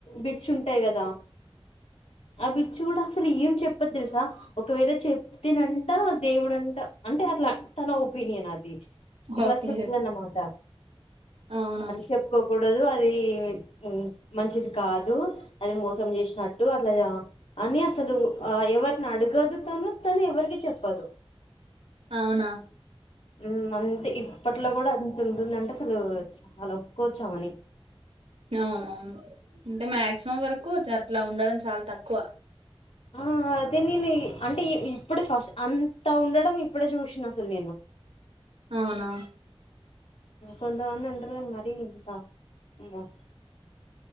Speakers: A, on the left; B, on the right.
A: బిట్స్ ఉంటాయి కదా ఆ బిట్స్ కూడా అసలు ఏం చెప్పర్ తెలుసా ఒకవేళ చెప్తే నంట దేవుడంటా అంటే అట్లా తన ఒపీనియన్ అది ఇలా
B: ఓకే
A: చెప్తుందన్నమాట
B: అవునా
A: అట్లా చెప్పుకోకూడదు అది ఆది మంచిది కాదు అది మోసం చేసినట్టు అలా అని అసలు ఆ ఎవరిని అడగదు తను తను ఎవరికి చెప్పదు
B: అవునా
A: ఉ అంతే ఇప్పట్లో కూడా అంత ఉంటుంది అంటే అసలు చాలా ఒప్పుకోవచ్చు ఆమెని
B: అవునవును అంటే మాక్సిమం వరకు అట్లా ఉండడం చాలా తక్కువ
A: ఆ అదే నేను అంటే ఇప్పుడే ఫస్ట్ అంతా ఉండడం ఇప్పుడే చూసిన అసలు నేను
B: అవునా
A: కొంతమంది ఉంటారు కానీ మరీ ఇట్లా అమ్మో